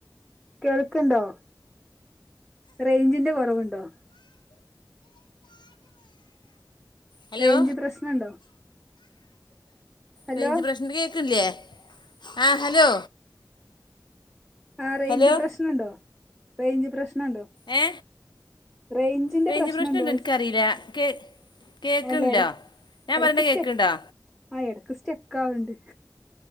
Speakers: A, in the centre; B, on the left (about 85°).
A: കേൾക്ക്‌ണ്ടോ റേഞ്ചിന്റെ കുറവുണ്ടോ
B: ഹലോ
A: റെയിഞ്ച് പ്രശ്നണ്ടോ ഹലോ
B: റെയിഞ്ച് പ്രശ്നണ്ട് കേക്കണില്ലേ ആ ഹലോ
A: ആ റെയിഞ്ച്
B: ഹലോ
A: പ്രശ്നണ്ടോ റെയിഞ്ച് പ്രശ്നണ്ടോ
B: ഏ
A: റേഞ്ചിന്റെ
B: റെയ്‌ഞ്ച്
A: പ്രശ്നണ്ടോ
B: പ്രശ്ണണ്ടോന്ന് ഇൻക്കറീല്ല കേ കേൾക്കണല്ലോ
A: എല്ലാ എടക്ക്
B: ഞാൻ
A: എടക്ക്‌
B: പറയണ
A: സ്റ്റക്ക്‌
B: കേൾക്കണ്ടോ
A: ആ എടക്ക് സ്റ്റെക്കാവ്ണ്ട്